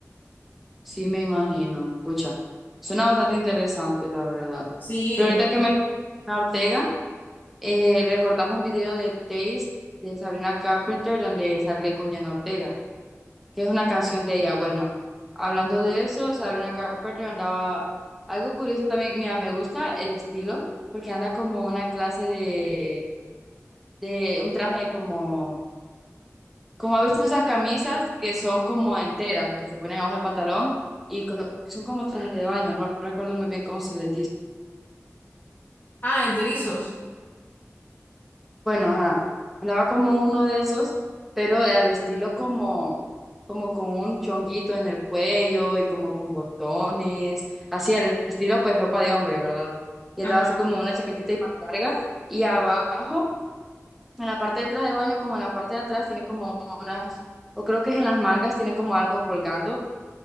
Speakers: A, in the centre; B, on the left (about 40°).
A: sí me imagino, pucha. Suena bastante interesante, la verdad.
B: Sí.
A: Pero ahorita que me Jenna Ortega. Eh, recordás un video de Taste de Sabrina Carpenter donde sale con Jenna Ortega, que es una canción de ella. Bueno, hablando de eso, Sabrina Carpenter andaba algo curioso también. Mira, me gusta el estilo porque anda como una clase de, de un traje como, como a veces esas camisas que son como enteras, que se ponen abajo del pantalón y co- son como trajes de baño. No recuerdo muy bien cómo se les dice.
B: Ah, enterizos.
A: Bueno, ajá, andaba como uno de esos, pero eh, al estilo como, como con un chonguito en el cuello y como con botones, así al estilo pues ropa de hombre, ¿verdad? Y
B: Ajá,
A: andaba así como una chaquetita y manga larga y abajo, en la parte del traje de baño, como en la parte de atrás, tiene como unas, o creo que es en las mangas, tiene como algo colgando